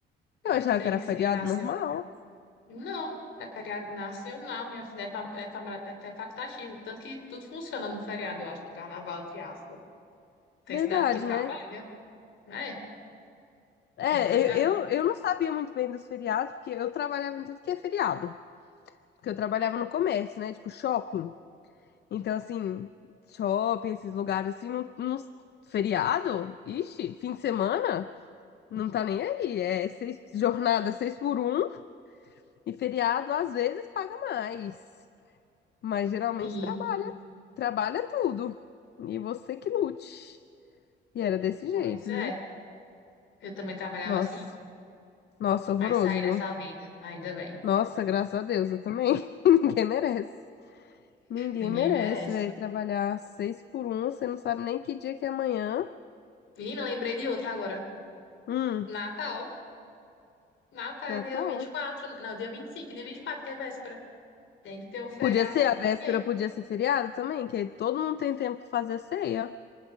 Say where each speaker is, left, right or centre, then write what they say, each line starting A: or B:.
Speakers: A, on the left; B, on the left.
A: Eu achava
B: tem
A: que era
B: que
A: feriado
B: ser nacional.
A: normal.
B: Não, é feriado nacional, minha filha, é, fa- é, fa- é facultativo, tanto que tudo funciona no feriado, eu acho, de carnaval, entre aspas. Tem
A: Verdade,
B: cidade que trabalha,
A: né?
B: né?
A: É,
B: Tem que tá trabalhando.
A: eu, eu, eu não sabia muito bem dos feriados, porque eu trabalhava em tudo que é feriado. Porque eu trabalhava no comércio, né? Tipo, shopping. Então, assim, shopping, esses lugares assim, não, não- feriado? Ixi, fim de semana? Não tá nem aí. É seis, jornada seis por um e feriado às vezes paga mais. Mas geralmente
B: Sim,
A: trabalha, trabalha tudo. E você que lute. E era desse jeito,
B: pois é,
A: viu?
B: eu também trabalhava
A: Nossa,
B: assim,
A: nossa,
B: mas
A: horroroso,
B: saí dessa
A: viu?
B: vida, ainda bem,
A: Nossa, graças a Deus, eu também. <laughs> Ninguém merece. Ninguém
B: ninguém
A: merece,
B: merece.
A: velho, trabalhar seis por um, você não sabe nem que dia que é amanhã.
B: Menina, lembrei de outra agora,
A: Hum,
B: Natal. Natal
A: Natal.
B: é dia vinte e quatro, não, dia 25, dia 24 que é véspera. Tem que ter um feriado
A: Podia ser
B: aí
A: a véspera,
B: também.
A: podia ser feriado também, que aí todo mundo tem tempo pra fazer a ceia.